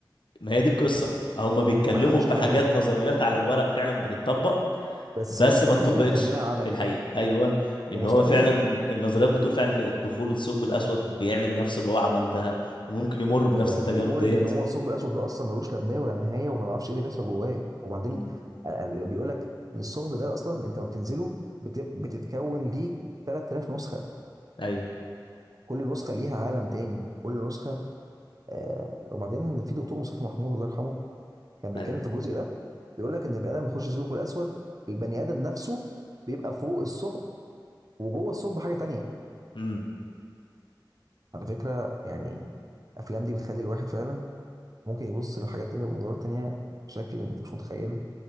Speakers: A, on the left; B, on the right.
A: ما هي دي القصه هم بيتكلموا
B: محدش
A: في
B: يقدر
A: حاجات
B: يعمله
A: نظريات على الورق فعلا بتتطبق
B: بس
A: بس
B: مستحيل
A: ما اتطبقتش
B: تعملها
A: في الحقيقه ايوه ان
B: ومستحيل
A: هو فعلا النظريات بتقول فعلا ان الدخول الثقب الاسود بيعمل نفس اللي هو عمل ده وممكن يمر بنفس
B: آه،
A: التجارب
B: بيقول
A: ديت
B: ان هو الثقب الاسود ده اصلا ملوش لا بدايه ولا نهايه وما نعرفش ايه اللي بيحصل جواه وبعدين
A: امم
B: آه، اللي بيقول لك ان الثقب ده اصلا انت ما بتنزله بت- بتتكون ليك 3000 نسخه
A: ايوه
B: كل نسخه ليها عالم تاني كل نسخه آه وبعدين في دكتور مصطفى محمود الله يرحمه كان بيتكلم
A: ايوه
B: في الجزء ده بيقول لك ان البني ادم بيخش الثقب الاسود البني ادم نفسه بيبقى فوق الثقب وجوه الثقب حاجه تانيه
A: امم
B: على فكره يعني الافلام دي بتخلي الواحد فعلا ممكن يبص لحاجات تانيه بمنظورات تانيه بشكل انت مش متخيله